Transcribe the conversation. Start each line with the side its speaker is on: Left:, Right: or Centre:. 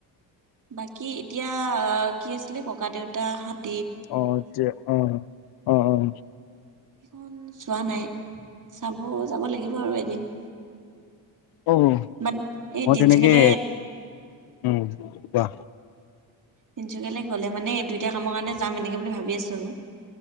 Right: বাকী এতিয়া কি আছিলে ককা দেউতা হাত
Left: অ এতিয়া অ অ অহ অহ।
Right: সেইখন চোৱা নাই চাব যাব লাগিব আৰু এদিন।
Left: অহ অহ
Right: বাট এই
Left: মই
Right: তিনচুকীয়ালে
Left: তেনেকে উম কোৱা।
Right: তিনিচুকীয়ালৈ গ'লে মানে দুইটা কামৰ কাৰণে যাম এনেকে বুলি ভাবি আছো আৰু।